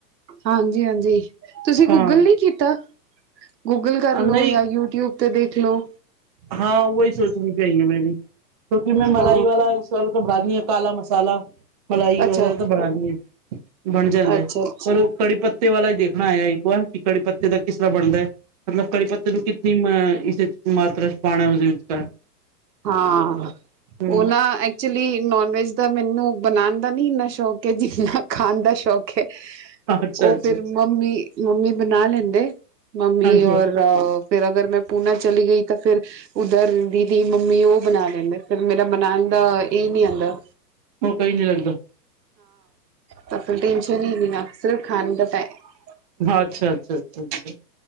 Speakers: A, on the right; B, on the right.
A: ਹਾਂਜੀ-ਹਾਂਜੀ, ਤੁਸੀਂ ਗੂਗਲ
B: ਹਾਂ
A: ਨੀ ਕੀਤਾ। ਗੂਗਲ ਕਰ ਲੋ,
B: ਨਹੀਂ
A: ਜਾਂ ਯੂਟਿਊਬ ਤੇ ਦੇਖ ਲੋ।
B: ਹਾਂ ਉਹੀ ਸੋਚਣੀ ਚਾਹੀਦੀ ਐ, ਮੈਂ ਵੀ ਕਿਉਂਕਿ ਮੈਂ ਮਲਾਈ
A: ਹਾਂ
B: ਵਾਲਾ ਮਸਾਲ ਬਣਾ ਲਈਏ ਕਾਲਾ ਮਸਾਲਾ, ਮਲਾਈ
A: ਅੱਛਾ,
B: ਵਗੈਰਾ ਤਾਂ ਬਣਾ ਲਈਏ ਬਣ ਜਾਂਦਾ,
A: ਅੱਛਾ-ਅੱਛਾ
B: ਪਰ ਉਹ ਕੜੀ ਪੱਤੇ ਵਾਲਾ ਹੀ ਦੇਖਣਾ ਆਇਆ ਇੱਕ ਵਾਰ। ਕਿ ਕੜੀ ਪੱਤੇ ਦਾ ਕਿਸ ਤਰ੍ਹਾਂ ਬਣਦਾ ਐ, ਮਤਲਬ ਕੜੀ ਪੱਤੇ ਨੂੰ ਕਿੱਤਨੀ ਅ ਇਸ ਮਾਤਰਾ ਚ ਪਾਣਾ ਉਸਦੇ ਵਿਚਕਾਰ।
A: ਹਾਂ,
B: ਹਮ
A: ਓਹ ਨਾ ਐਕਚੁਲੀ ਨੋਨ ਵੈਜ ਦਾ ਮੈਨੂੰ ਬਣਾਣ ਦਾ ਨੀ ਇੰਨਾ ਸ਼ੌਕ ਐ, ਜਿੰਨਾ ਖਾਣ ਦਾ ਸ਼ੌਕ ਐ,
B: ਅੱਛਾ
A: ਉਹ
B: ਅੱਛਾ
A: ਫੇਰ ਮੰਮੀ-ਮੰਮੀ ਬਣਾ ਲੈਂਦੇ। ਮੰਮੀ
B: ਹਾਂਜੀ
A: ਔਰ
B: ਹਾਂਜੀ
A: ਫਿਰ ਅਗਰ ਮੈਂ ਪੂਨਾ ਚਲੀ ਗਈ ਤਾਂ ਫੇਰ ਉੱਧਰ ਦੀਦੀ ਮੰਮੀ ਉਹ ਬਣਾ ਲੈਂਦੇ ਫਿਰ ਮੇਰਾ ਬਣਾਉਣ ਦਾ ਇਹ ਨਹੀਂ ਆਉਂਦਾ
B: ਉਹ ਮੌਕਾ ਹੀ ਨੀ ਲੱਗਦਾ
A: ਸਫਲ ਟੈਨਸ਼ਨ ਹੀ ਨ ਅਕਸਰ ਖਾਨ ਦਾ ਟਾਈਮ
B: ਅੱਛਾ-ਅੱਛਾ